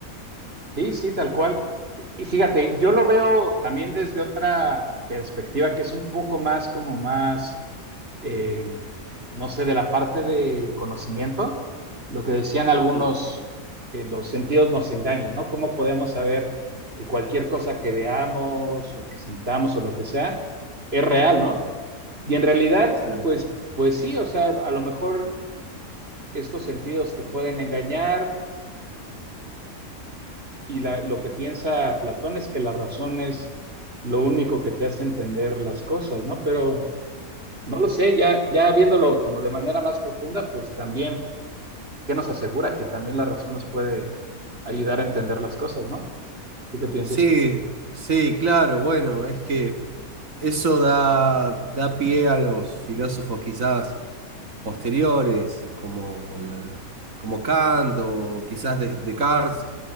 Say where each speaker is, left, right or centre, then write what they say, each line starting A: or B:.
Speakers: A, on the right; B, on the right.
A: Sí, sí, tal cual. Y fíjate, yo lo veo también desde otra perspectiva que es un poco más como más, eh, no sé, de la parte del conocimiento, lo que decían algunos,
B: Mm,
A: que los sentidos nos engañan, ¿no? ¿Cómo podemos saber que cualquier cosa que veamos o que sintamos o lo que sea es real, ¿no? Y en realidad,
B: sí.
A: pues, pues sí, o sea, a lo mejor estos sentidos te pueden engañar y la- lo que piensa Platón es que la razón es lo único que te hace entender las cosas, ¿no? Pero no lo sé, ya, ya viéndolo como de manera más profunda, pues también, ¿qué nos asegura que también la razón nos puede ayudar a entender las cosas, ¿no? ¿Tú qué piensas?
B: Sí, sí, claro, bueno, es que eso da, da pie a los filósofos quizás posteriores, como, la- como Kant o quizás de- Descartes,